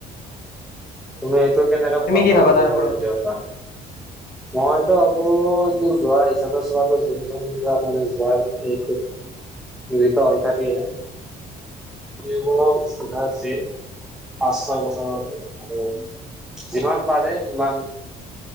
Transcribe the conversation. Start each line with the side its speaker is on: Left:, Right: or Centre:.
Centre: তুমিটো কেনেকে
Left: তুমি
Centre: বন্ধ
Left: কি ভাবা
Centre: কৰিব
Left: তাৰ ওপৰত
Centre: পাৰি বুলি কব মইতো ভাবো এইটোোৰ যোৱা হিচাপে চব যোন যবলাক মানে যোৱাৰ এই মিলিত হৈ থাকে এইবোৰ পাঁচ ছয় বছৰৰ আৰু যিমান পাৰে সিমান